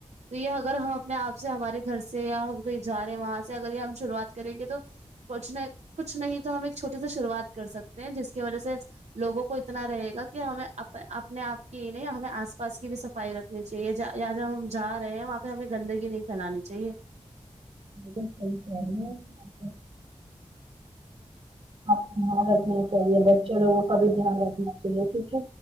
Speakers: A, on the right (about 80°); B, on the right (about 55°).
A: تو یہ اگر ہم اپنے آپ سے ہمارے گھر سے یا ہم کہیں جا رہے ہیں وہاں سے اگر یہ ہم شروعات کریں گے تو کچھ نہیں کچھ نہیں تو ہم ایک چھوٹی سی شروعات کر سکتے ہیں جس کی وجہ سے لوگوں کو اتنا رہے گا کہ ہمیں اپنے آپ کی نہیں یا ہمیں آس پاس کی بھی صفائی صفائی رکھنی چاہیے یا جب ہم جا رہے ہیں وہاں پہ ہمیں گندگی نہیں پھیلانی چاہیے
B: صحیح کہ رہی آپ ہاں رکھ <unintelligible> چاہیے بچے لوگو ں کا بھی دھیان رکھنا چاہیے ٹھیک ہے